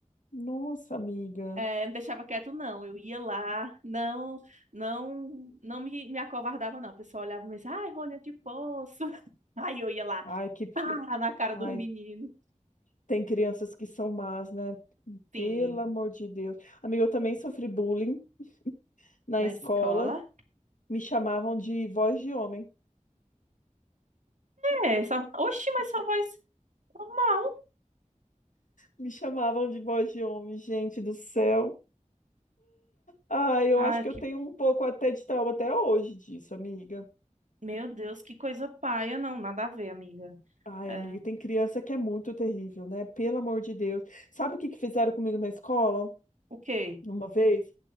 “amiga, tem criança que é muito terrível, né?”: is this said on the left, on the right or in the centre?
Left